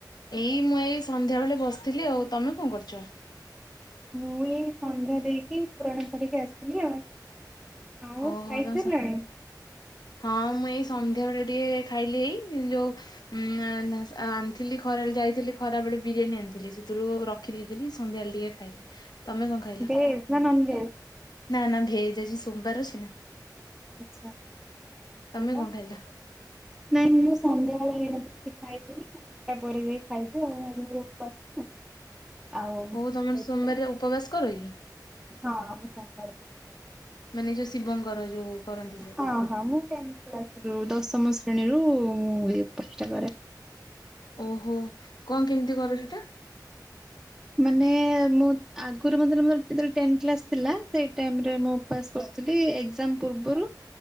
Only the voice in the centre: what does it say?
ମୁଁ ଏଇ ସନ୍ଧ୍ୟା ଦେଇକି, ପୁରାଣ ପଢିକି ଆସଥିଲି ଆଉ। ଆଉ
ଖାଇସାରିଲଣି?
ଭେଜ୍ ନା ନନ୍ ଭେଜ୍?
ଆଚ୍ଛା ଛା
ଭଲ।
ନାଇଁ ମୁଁ ସନ୍ଧ୍ୟାବେଳେ <unintelligible> କିଛି ଖାଇଦେଲି। ତାପରେ ଯାଇ ଖାଇବି ଆଉ ଆଜି ମୋର ଉପାସ ନା। ଆଉ
ସେଥିପାଇଁ
ହଁ ଆମେ ସୋମବାର କ
ହଁ ହଁ ମୁଁ ଟେନ୍ କ୍ଲାସରୁ ଦଶମ ଶ୍ରେଣୀରୁ ମୁଁ ଏ ଉପାସଟା କରେ।
ମାନେ ମୁଁ ଆଗରୁ ମାନେ ଯେତେଳେ ମୋର ଯେତେଳେ ଟେନ୍ କ୍ଲାସ୍ ଥିଲା ସେଇ ଟାଇମ୍ ରେ ମୁଁ ଉପାସ କ ଏକ୍ଟୁଆଲି ଏଜାମ ପୂର୍ବରୁ।